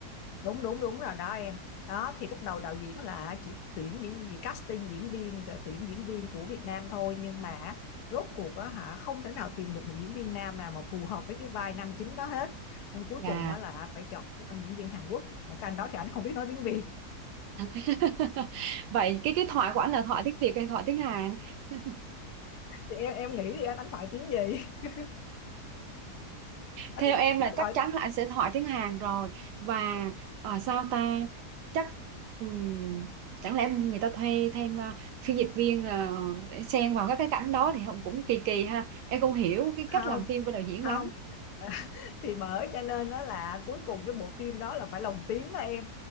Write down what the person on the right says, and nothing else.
dạ
<laughs> vậy cái cái thoại của anh là thoại tiếng Việt hay thoại tiếng Hàn <laughs>
theo em là
chắc
chắn
là anh sẽ hỏi tiếng Hàn rồi và ờ, sao ta chắc ừm, chẳng lẽ người ta thuê thêm ờ, phiên dịch viên là để xen vào các cái cảnh đó thì không cũng kỳ kỳ ha em không hiểu cái
cách làm phim của đạo diễn
lắm